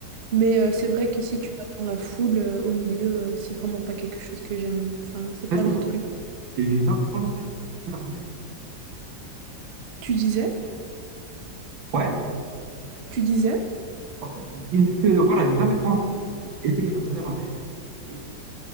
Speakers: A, on the right (about 50°); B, on the right (about 85°).
A: Mais euh, c'est vrai que si tu vas dans la foule euh, au milieu, euh, c'est vraiment pas quelque chose que j'aime. Enfin, c'est pas
B: Ça, c'est
A: mon
B: vrai.
A: truc, quoi.
B: Et J'ai jamais pensé à réserver.
A: Tu disais?
B: Ouais.
A: Tu disais?
B: En fait, je disais que voilà, j'ai jamais pensé à essayer de réserver une, une